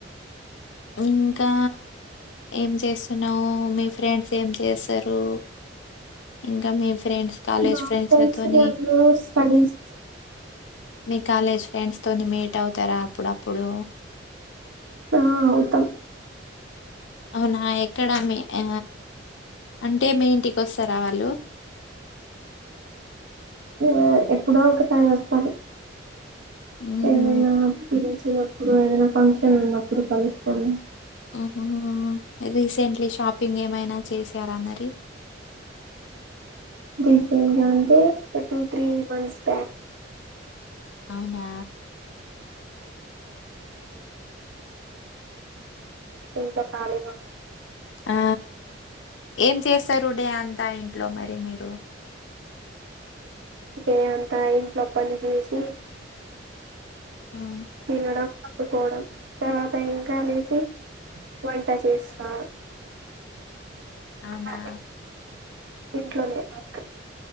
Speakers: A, on the left (about 75°); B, on the right (about 75°).
A: హు ఇంకా ఏం చేస్తున్నావు మీ ఫ్రెండ్స్ ఏం చేస్తారు ఇంకా మీ ఫ్రెండ్స్ కాలేజ్
B: మా
A: ఫ్రెండ్స్లతోని
B: ఫ్రెండ్స్ అందరూ స్టడీస్
A: మీ కాలేజ్ ఫ్రెండ్స్ తోని మీట్ అవుతారా అప్పుడప్పుడు
B: ఆ అవుతాం
A: అవునా ఎక్కడ మీ ఆ అంటే మీ ఇంటికి వస్తారా వాళ్ళు
B: ఆ ఎప్పుడో ఒకసారి వస్తరు
A: హుహు.
B: ఏదైనా పిలిచినప్పుడు ఏదైనా ఫంక్షన్లు ఉన్నప్పుడు కలుస్తము
A: ఆహా రీసెంట్లీ షాపింగ్ ఏమైనా చేసారా మరి
B: రీసెంట్ గా అంటే ఒక టూ త్రీ మంత్స్ బ్యాక్
A: అవునా
B: <inaudible> కాళిగా
A: ఆ ఏం చేస్తారు డే అంతా ఇంట్లో మరి మీరు
B: డే అంతా ఇంట్లో పని చేసి
A: ఉమ్
B: తినడం పండుకోవడం తర్వాత ఆతా ఇంకా లేసి వంట చేస్తా
A: అవునా
B: అలా ఇంట్లోనే వర్క్